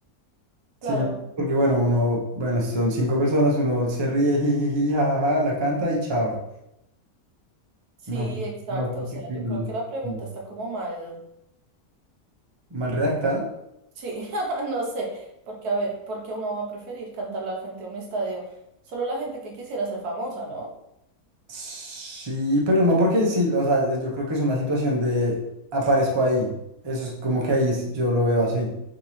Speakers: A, on the right; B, on the right.
A: Si
B: claro.
A: me- porque bueno, uno, bueno, son cinco personas, uno se ríe, jijiji, jajaja, la canta y chao.
B: Sí,
A: No,
B: exacto.
A: no sé
B: O sea,
A: qué opino.
B: yo creo que la pregunta
A: no.
B: está como mal.
A: Mal redactada.
B: Sí, <laughs> no sé. Porque, a ver, ¿por qué uno va a preferir cantarla al frente a un estadio? Solo la gente que quisiera ser famosa, ¿no?
A: Sí, pero no porque sí, o sea, yo creo que es una situación de aparezco ahí. Eso es como que ahí es- yo lo veo así.